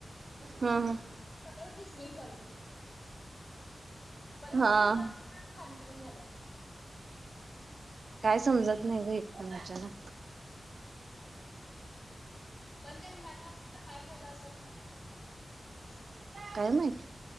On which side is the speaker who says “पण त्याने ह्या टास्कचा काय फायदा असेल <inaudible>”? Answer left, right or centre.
Left